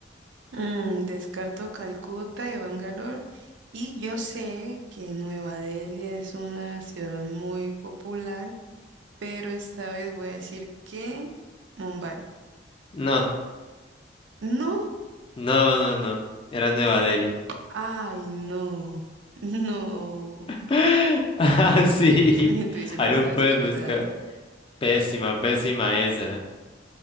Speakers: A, on the right; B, on the left.
A: Mm, descarto Calcuta y Bangalore. Y yo sé que Nueva Delhi es una ciudad muy popular, pero esta vez voy a decir que Mumbai.
B: No,
A: No,
B: no, no, no. Era Nueva Delhi.
A: ay, no, <laughs> no,
B: <laughs> Ah, sí.
A: <laughs> mi intuición
B: Ahí
A: está
B: lo
A: descalibrada.
B: puedes buscar. Pésima, pésima esa.